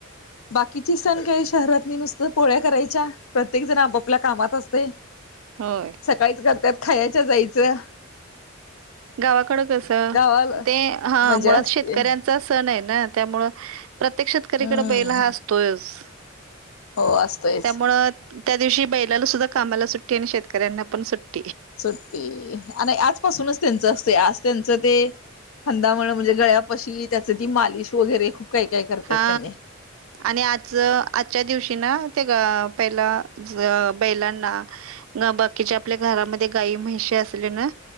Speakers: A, on the left; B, on the right.
A: बाकीची सण काय शहरातनी नुसतं पोळ्या करायच्या, प्रत्येक जण आपापल्या कामात असतय.
B: होय
A: सकाळीच करतात, खायच्या जायचं.
B: गावाकड कसं,
A: गावाला
B: ते हा
A: मजा
B: मुळात
A: असते
B: शेतकऱ्यांचा सण आहे ना- त्यामुळे प्रत्येक शेतकऱ्यांकडे
A: हम्म
B: बैल हा असतोयच.
A: हो असतोयच.
B: त्यामुळं त्या दिवशी बैलाला सुद्धा कामाला सुट्टी आणि शेतकऱ्यांना पण सुट्टी
A: सुट्टी आणि आजपासूनच त्यांचं- आज त्यांचं ते खांदा म्हणजे गळ्यापशी त्याची ती मालिश वगैरे खूप- काही काय करतात
B: हा
A: त्यांनी
B: आणि आज आजच्या दिवशी ना- ते पहिला बैलांना बाकीच्या आपल्या घरामध्ये गाय म्हशी- असलं ना,